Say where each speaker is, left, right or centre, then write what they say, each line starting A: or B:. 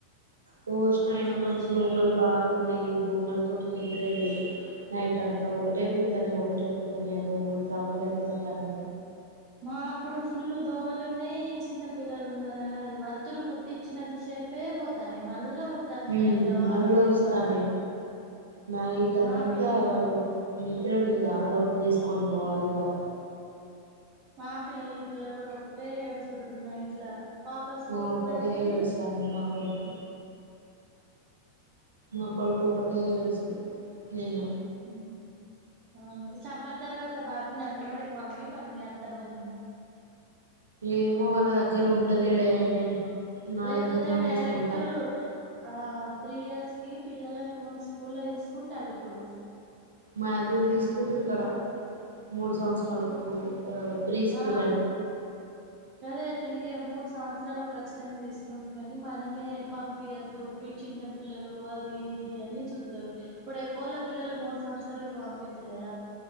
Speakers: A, on the right; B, on the right.
A: పోషిన
B: ఆ
A: అయిన మాకి
B: మంచి
A: దోమలు
B: పని
A: బాగున్నాయి దోమల తోటి నిద్రేలేదు. నైట్ అంతా ఒకటే కుడతానే ఒకటే కుత తన్నాయి దోమలు సంప లేక సుతున్న తన్ని
B: మా కూడా ఫుల్లు దోమలు ఉన్నాయి. చిన్న పిల్లలు ఉన్నారు. అది వత్తులు ముట్టించినంత సేపే పోతానై. మళ్ళా ఉడతానయి
A: హు
B: నైట్ల వన్
A: మళ్ళ
B: కు టూ
A: వస్తానే
B: కట్లా
A: నైట్ అంతా
B: మా పిల్ల
A: నిద్ర లేదు అల్లౌట్ తీసుకొని పోవాలి ఇవాళ
B: మా పిల్లలు ఇద్దరు కూడా ఒకటే ఎడ్సుడు నైట్ల పాప స్కూల్
A: ఒకటే
B: కు పోయి వత్తది
A: ఏడుస్తాండు నా కొడుకు నా కొడుకు ఒకటే ఏడుస్ నిన్న
B: ఉ ఆ ఈ సమ్మర్ తర్వాత బాబుని అంగన్వాడికి పంపి మన మీ అత్తమ్మని
A: ఏమో వాళ్ళ దగ్గర ఉంటలేడే ఆయనే నా
B: లేకపోతే
A: దగ్గరనే
B: డైరెక్ట్
A: ఉంచుకుంటా
B: ఆ త్రీ ఇయర్స్ కి పిల్లల ను స్కూల్లో తీసుకుంటా లే ఇప్పుడు
A: మాదు తీసుకుంటుర్రు ఇక్కడ మూడు సంవత్సరాలకు ప్రీ స్కూల్
B: ఆ
A: అని
B: గదే త్రీ మూడు స్కూల్స్ సంవత్సరాల ఖచ్చితంగా తీసుకుంటారు. కానీ మనమే పంపియద్దు. చిన్న పిల్లలు అది ఇది అని చూతారు. ఇప్పుడు ఎక్కువళ పిల్లలు మూడు సంవత్సరాలకి పంపిత్త లేరా.